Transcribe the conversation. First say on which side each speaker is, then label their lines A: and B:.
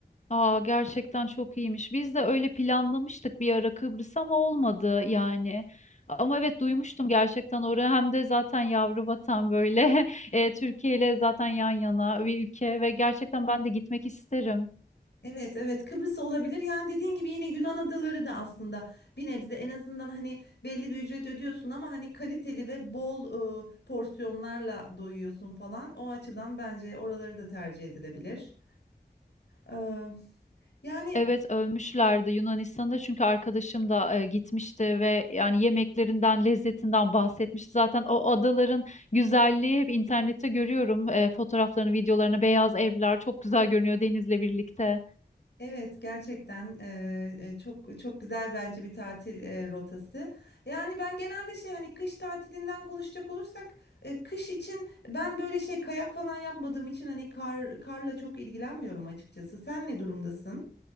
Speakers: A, on the left; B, on the left.
A: Aa gerçekten çok iyiymiş. Biz de öyle planlamıştık bir ara Kıbrıs ama olmadı yani. Ama evet duymuştum gerçekten orayı. hem de zaten yavru vatan böyle <laughs> e, Türkiye ile zaten yan yana bir ülke ve gerçekten ben de gitmek isterim.
B: Evet evet Kıbrıs olabilir. Yani dediğin gibi yine Yunan adaları da aslında bir nebze en azından hani belli bir ücret ödüyorsun ama hani kaliteli ve bol e, porsiyonlarla doyuyorsun falan. O açıdan bence oraları da tercih edilebilir. Ee, yani
A: Evet ölmüşlerdi Yunanistan'da çünkü arkadaşım da e, gitmişti ve yani yemeklerinden lezzetinden bahsetmişti. Zaten o adaların güzelliği hep internette görüyorum e, fotoğraflarını, videolarını. Beyaz evler çok güzel görünüyor denizle birlikte.
B: Evet gerçekten eee, e, çok çok güzel bence bir tatil e, rotası. Yani ben genelde şey hani kış tatilinden konuşacak olursak e, kış için ben böyle şey kayak falan yapmadığım için hani kar karla çok ilgilenmiyorum açıkçası. Sen ne durumdasın?